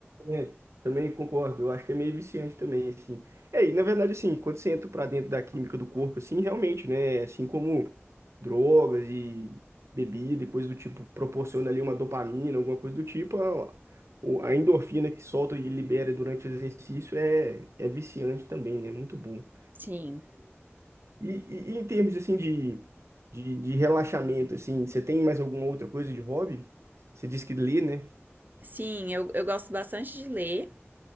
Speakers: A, on the right; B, on the right.
A: É, também concordo, eu acho que é meio viciante também, assim. É, e na verdade, assim, quando você entra pra dentro da química do corpo, assim, realmente, né, assim como drogas e bebida e coisa do tipo, proporciona ali uma dopamina, alguma coisa do tipo, a, o- a endorfina que solta e libera durante o exercício é, é viciante também, né, muito bom.
B: Sim.
A: E, e- e em termos, assim, de, de, de relaxamento, assim, você tem mais alguma outra coisa de hobby? Você disse que lê, né?
B: Sim, eu, eu gosto bastante de ler.